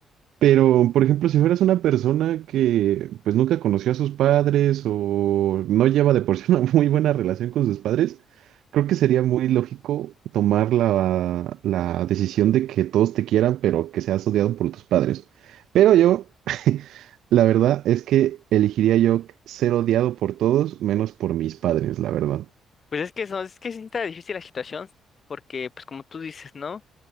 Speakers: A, on the right; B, on the left.
A: Pero, por ejemplo, si fueras una persona que pues nunca conoció a sus padres o no lleva de por sí una <laughs> muy buena relación con sus padres, creo que sería muy lógico tomar la, la decisión de que todos te quieran, pero que seas odiado por tus padres. Pero yo, <laughs> la verdad es que elegiría yo ser odiado por todos menos por mis padres, la verdad.
B: Pues es que, eso- es que sí está difícil la situación, porque pues como tú dices, ¿no?